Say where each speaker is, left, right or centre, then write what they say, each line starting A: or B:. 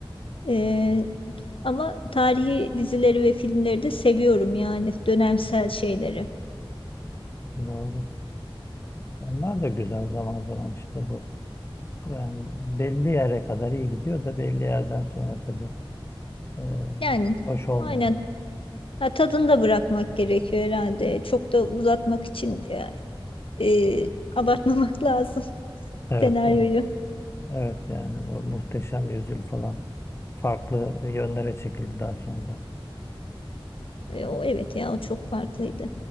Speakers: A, on the left; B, on the left.
A: Ee, ama tarihi dizileri ve filmleri de seviyorum yani dönemsel şeyleri.
B: doğru. Onlar da güzel zaman zaman işte bu. Yani belli yere kadar iyi gidiyor da belli yerden sonra tabii e,
A: Yani
B: hoş olmuyor.
A: aynen ha, tadını da bırakmak gerekiyor herhalde. Çok da uzatmak için e, e, abartmamak <laughs> lazım
B: Evet,
A: senaryoyu.
B: evet, evet yani bu Muhteşem Yüzyıl falan farklı yönlere çekildi daha sonra da.
A: E, o evet ya o çok farklıydı.